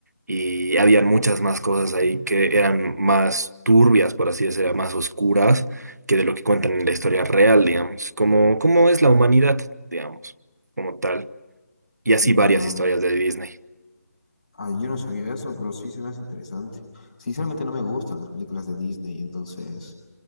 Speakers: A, on the right; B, on the left.
A: y habían muchas más cosas ahí que eran más turbias, por así decirlo, más oscuras que de lo que cuentan en la historia real, digamos, como, como es la humanidad, digamos, como tal, y así
B: ya.
A: varias historias de Disney.
B: Ah, yo no sabía eso, pero sí se me hace interesante. Sinceramente no me gustan las películas de Disney, entonces